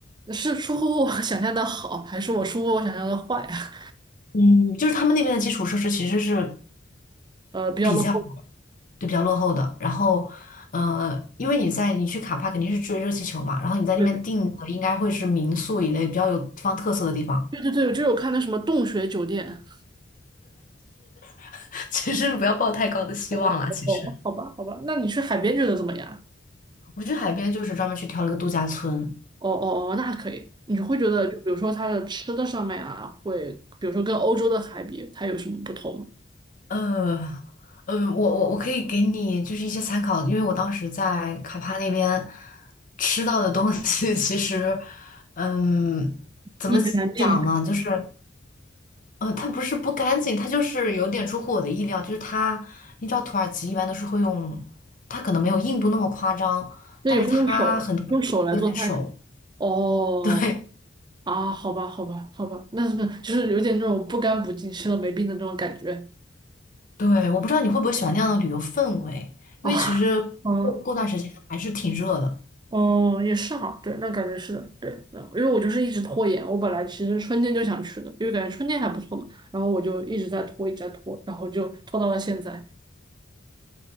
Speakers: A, on the right; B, on the left.
A: 是出乎我 <laughs> 想象的好，还是我出乎我想象的坏啊？
B: 嗯，就是他们那边的基础设施其实是
A: <laughs> 呃，比较落后。
B: 比较就比较落后的。然后，呃，因为你在你去卡帕肯定是追热气球嘛，然后你在那边订的应该会是民宿一类比较有地方特色的地方。
A: 对对对对，就是我看那什么洞穴酒店。
B: <laughs> 其实不要抱太高的希望了。
A: <laughs>
B: 其实
A: 哦，好吧好吧，那你去海边觉得怎么样啊？
B: 我去海边就是专门去挑了一个度假村。
A: 哦哦哦，那还可以。你会觉得，就比如说它的吃的上面啊，会比如说跟欧洲的海比，它有什么不同吗？
B: 呃，嗯，我我我可以给你就是一些参考，因为我当时在卡帕那边吃到的东西 <laughs>，其实，嗯，怎么讲呢？
A: 一言难尽。
B: 就是。呃，它不是不干净，它就是有点出乎我的意料。就是它，你知道土耳其一般都是会用，它可能没有印度那么夸张，
A: 那也会用手用手来做菜是吗？
B: 但是它很多人会依赖手。
A: 哦。
B: <laughs> 对
A: 啊，好吧，好吧，好吧，那是就是有点那种不干不净、吃了没病的那种感觉。
B: 对，我不知道你会不会喜欢那样的旅游氛围，因为其实过过段时间还是挺热的。
A: 啊，哦，嗯哦，也是哈，对，那感觉是的，对，那因为我就是一直拖延，我本来其实春天就想去的，因为感觉春天还不错嘛，然后我就一直在拖，一直在拖，然后就拖到了现在。